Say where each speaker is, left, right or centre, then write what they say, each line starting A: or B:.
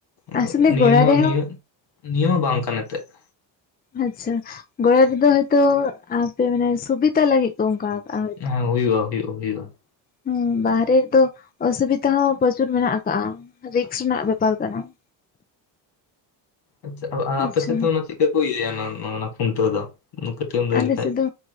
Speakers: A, on the left; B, on the left.
A: ᱮᱱᱫᱚ
B: ᱟᱥᱚᱞᱮ
A: ᱱᱤᱭᱟᱹ
B: ᱜᱚᱲᱟ
A: ᱢᱟ
B: ᱨᱮᱦᱚᱸ
A: ᱱᱤᱭᱟᱹ ᱱᱤᱭᱟᱹ ᱢᱟ ᱵᱟᱝ ᱠᱟᱱ ᱮᱱᱛᱮᱫ ᱾
B: ᱟᱪᱪᱷᱟ ᱜᱳᱲᱟ ᱨᱮᱫᱚ ᱦᱚᱭᱛᱚ ᱟᱯᱮ ᱢᱟᱱᱮ ᱥᱩᱵᱤᱛᱟ ᱞᱟᱹᱜᱤᱫ ᱾ ᱛᱚ ᱚᱝᱠᱟ ᱟᱠᱟᱜ-ᱟ ᱾
A: ᱦᱮᱸ ᱦᱩᱭᱩᱜᱼᱟ ᱦᱩᱭᱩᱜᱼᱟ ᱦᱩᱭᱩᱜᱼᱟ ᱾
B: ᱦᱮᱸ ᱵᱟᱦᱨᱮ ᱨᱮᱫᱚ ᱚᱥᱩᱵᱤᱛᱟ ᱦᱚᱸ ᱯᱚᱪᱩᱨ ᱢᱮᱱᱟᱜ ᱟᱠᱟᱜ-ᱟ ᱨᱤᱠᱥ ᱨᱮᱱᱟᱜ ᱵᱮᱯᱟᱨ ᱠᱟᱱᱟ ᱾
A: ᱟᱪᱪᱷᱟ ᱟᱼᱟᱯᱮ
B: ᱟᱪᱪᱷᱟ
A: ᱥᱮᱫ ᱫᱚ ᱚᱱᱟ ᱪᱮᱫ ᱠᱟ ᱠᱚ ᱤᱭᱟᱹᱭᱟ ᱚᱱᱟ ᱚᱱᱟ ᱠᱷᱩᱱᱴᱟᱹᱣ ᱫᱚ? ᱠᱟᱹᱴᱤᱡ ᱮᱢ ᱞᱟᱹᱭ
B: ᱟᱞᱮ
A: ᱞᱮᱠᱷᱟᱡ
B: ᱥᱮᱫ ᱫᱚ